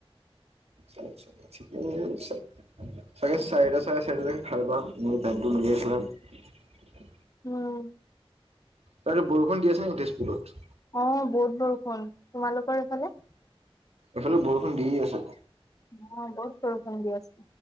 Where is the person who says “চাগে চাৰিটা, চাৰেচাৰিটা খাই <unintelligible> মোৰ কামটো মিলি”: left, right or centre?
Right